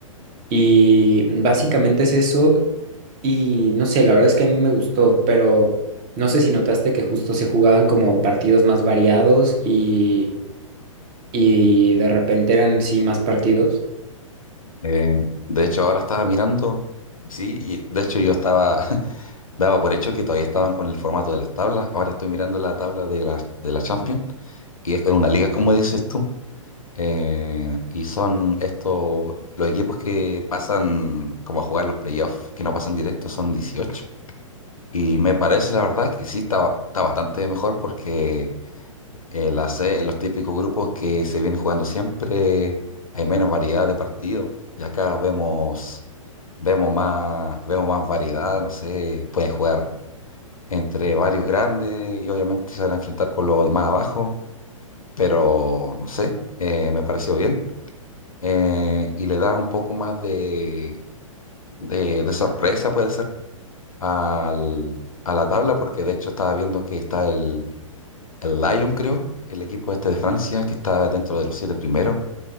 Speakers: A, on the right (about 30°); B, on the left (about 80°).
A: Y básicamente es eso. Y no sé, la verdad es que a mí me gustó, pero no sé si notaste que justo se jugaban como partidos más variados y, y de repente eran sí más partidos.
B: eh, de hecho, ahora estaba mirando, sí, y de hecho yo estaba, <laughs> daba por hecho que todavía estaban con el formato de las tablas. Ahora estoy mirando la tabla de la, de la Champions y es una liga, como dices tú. eh, y son estos, los equipos que pasan como a jugar los playoffs, que no pasan directo, son 18. Y me parece, la verdad, que sí está, está bastante mejor porque en la C, los típicos grupos que se vienen jugando siempre, hay menos variedad de partidos. Y acá vemos, vemos más, vemos más variedad, no sé, pueden jugar entre varios grandes y obviamente se van a enfrentar con los de más abajo, pero no sé, eh, me pareció bien eh, y le da un poco más de, de, de sorpresa, puede ser, al, a la tabla, porque de hecho estaba viendo que está el, el Lyon, creo, el equipo este de Francia, que está dentro de los siete primeros,